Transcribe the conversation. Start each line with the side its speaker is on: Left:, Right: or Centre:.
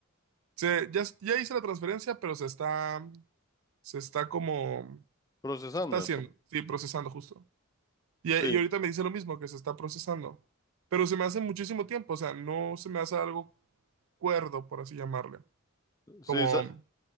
Right: se, ya, ya hice la transferencia, pero se está, se está como,
Left: Procesando.
Right: se está haciendo,
Left: so-
Right: sí, procesando justo. Y,
Left: Sí,
Right: y ahorita me dice lo mismo, que se está procesando. Pero se me hace muchísimo tiempo, o sea, no se me hace algo cuerdo, por así llamarle. Como,
Left: sí, sa-